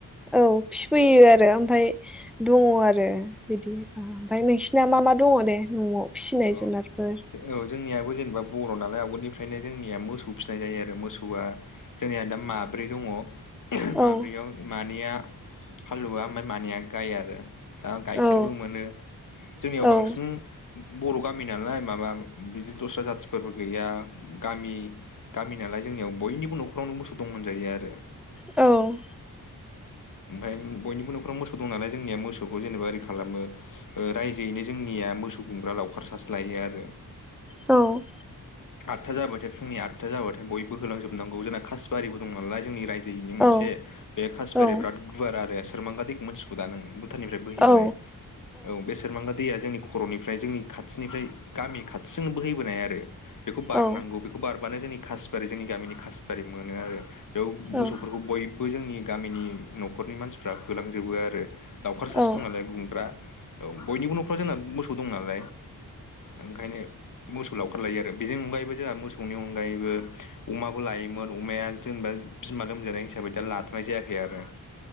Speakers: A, in the centre; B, on the left.
A: औ फिफैयो आरो ओमफाय दङ
B: औ
A: आरो बिदि ओमफाय नोंसिना मा मा दङ दे न'आव? फिसिनाय
B: औ
A: जुनारफोर
B: औ जोंनियाबो जेनेबा बर' नालाय आ गोलनिफ्रायनो जोंनिया मोसौ फिनाय जायो आरो मोसौवा जोंनिया दा माब्रै दङ। <unintelligible> माब्रैयाव
A: औ
B: मा निया हालुवा ओमाय मानैया गाइ आरो दा गाइखेरबो
A: औ
B: मोनो जोंनियाव
A: औ
B: बांसिन बर' गामि नालाय माबा बिदि दस्रा जाथिफोरबो गैया गामि गामि नालाय जोंनियाव बयनिबो न'खरावनो मोसौ दं होनजायो आरो
A: औ
B: ओमफाय बयनिबो न'खराव मोसौ दं नालाय जोंनिया मोसौखौ जेनेबा ओरै खालामो ओ रायजोयैनो जोंनिया मोसौ गुमग्रा लावखार सासे लायो आरो
A: औ
B: आटथा जाबाथाय फुंनि आटथा जाबाथाय बयबो होलांजोबनांगौ जोंना कासबारिबो दं नालाय जोंनि रायजो यैनो मोनसे
A: औ
B: बे कासिबारि
A: औ
B: बिराद गुवार आरो सोरमांगा दैखौ मोनथिखौ दा नों भुटाननिफ्राय बोहैबोनाय
A: औ
B: औ बे सोरमांगा दैया जोंनि निफ्राय जोंनि खाथिनिफ्राय गामि खाथिजों बोहैबोनाय आरो बेखौ बारनांगौ
A: औ
B: बेखौ बारबानो जोंनि कासिबारि जोंनि गामिनि कासिबारि मोनो आरो बेयाव मोसौफोरखौ
A: औ
B: बयबो जोंनि गामिनि न'खरनि मानसिफ्रा होलांजोबो आरो लावउखार सासे
A: औ
B: दं नालाय गुमग्रा औ बयनिबो न'खरावव जोंना मोसौ दं नाल ओंखायनो मोसौ लाव खार लायो आरो बेजों अनगायैबो जोंहा मोसौनि अनगायैबो अमाबो लायोमोन अमाया जेनेबा बिमा लोमजानाय हिसाबै दा लाथ'नाय जायाखै आरो